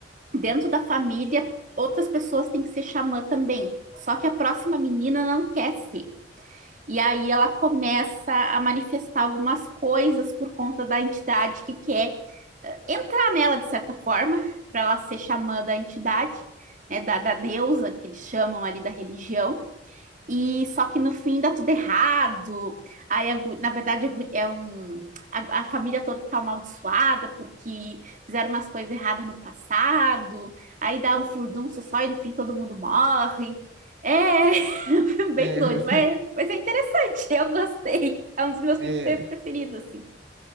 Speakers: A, on the right; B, on the right.
A: dentro da família, outras pessoas têm que ser xamã também. Só que a próxima menina não quer ser. E aí ela começa a manifestar algumas coisas por conta da entidade que quer eh, entrar nela de certa forma, para ela ser xamã da entidade, né, da, da deusa que eles chamam ali da religião. E só que no fim dá tudo errado. Aí, a gu- na verdade, a gu- é um, a, a família toda está amaldiçoada porque fizeram umas coisas erradas no passado. Aí dá um furdunço só e no fim todo mundo morre. É <laughs> bem
B: É,
A: doido,
B: <laughs>
A: mas, mas é interessante. Eu gostei. É um dos meus
B: é,
A: filmes pre- preferidos, assim.